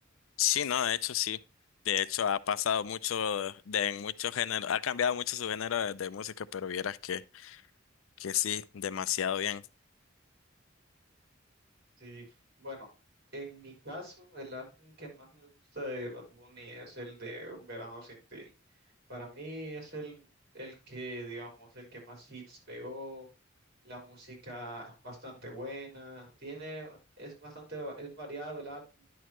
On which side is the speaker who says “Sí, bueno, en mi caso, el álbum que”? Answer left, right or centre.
Right